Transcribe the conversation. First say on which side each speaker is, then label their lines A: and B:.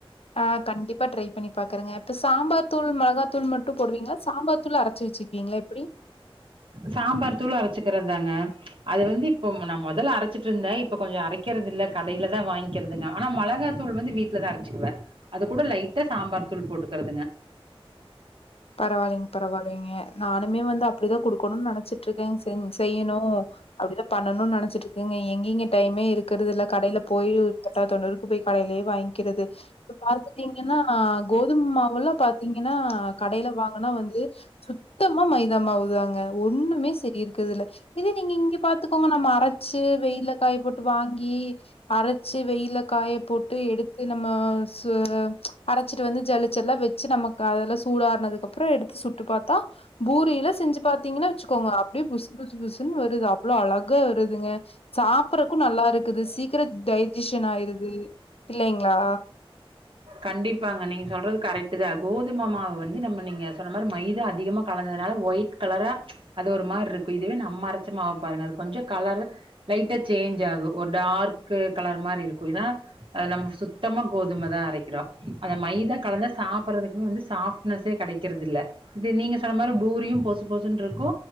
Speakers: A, on the left; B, on the right.
A: அ கண்டிப்பா ட்ரைப் பண்ணி பாக்கறங்க இப்ப சாம்பார்த் தூள் மெளகாத்தூள் மட்டு போடுவீங்ளா சாம்பார்த் தூள் அரச்சு வச்சுக்வீங்ளா எப்டி
B: சாம்பார்த் தூள் அரச்சுக்றத்தாங்க அது வந்து இப்போம் நா மொதல அரச்சிட்ருந்தே இப்ப கொஞ்ச அரைக்கிறதில்ல கடைலதா வாய்ங் கிறதுங்க ஆனா மொளகாத்தூள் வந்து வீட்லதா அரச்சுக்குவே அது கூட லைட்டா சாம்பார்த்தூள் போட்டுக்கிறதுங்க
A: பரவால்லைங் பரவால்லைங்க நானுமே வந்து அப்டிதா குடுக்கணுன் நெனச்சிட்ருக்கேங் சென் செய்யிணு அப்டிதா பண்ணணுன் நெனச்சிட்ருக்கங்க எங்கிங்க டைமே இருக்கறதில்ல கடைலப் போய் தொட்டா தொண்ணூறுக்கு போய் கடைலியேப் வாய்ங்க்கிறது இப்ப பாத்துட்டீங்கினா கோதும் மவுலாம் பாத்தீங்கினா கடைல வாங்கனா வந்து சுத்தமா மைதா மாவுதாங்க ஒன்னுமே செரி இருக்றதுல்ல இதே நீங்க இங்க பாத்துக்கோங்க நம்ம அரச்சு வெய்யில காயப்போட்டு வாங்கி அரைச்சி வெயில்ல காய போட்டு எடுத்து நா மா சு அரைச்சிட்டு வந்து ஜளிச்செல்லா வெச்சு நமக்கு அதெல்லாம் சூடு ஆர்னதுக் ப்றோ எடுத்து சுட்டு பாத்தா பூரியில செஞ்சு பாதீங்னா வெச்சுக்கோங்க அப்டியே புஸ் புஸ் புஸுன்னு வருது அவ்ளோ அழகா வருதுங்க சாப்பறக்கும் நல்லா இருக்குது சீக்கிரம் டைஜிஷன் ஆயிருது இல்லைங்ளா
B: கண்டிப்பாங்க நீங்க சொல்றது கரெக்ட் தா கோதும மாவ வந்து நம்ம நீங்க சொன்ன மாரி மைதா அதிகமா கலந்ததுனால ஒயிட் கலரா அது ஒரு மார்ரிருக்கும் இதுவே நம்ம அரைச்ச மாவ பாருங்க அது கொஞ்சம் கலர்ரா லைட்டா சேஞ்ச் ஆகு ஒரு டார்க்கு கலர் மாரி இருக்கும் இதனா அ நம்ம சுத்தமா கோதுமைதா அரைக் கிறோ அந்த மைதா கலந்தா சாப்டறதுக்கு வந்து சாப்ட்னஸே கெடைக்கிறது இல்ல இது நீங்க சொன்ன மாரி பூரியும் பொசு பொசுன்டுருக்கு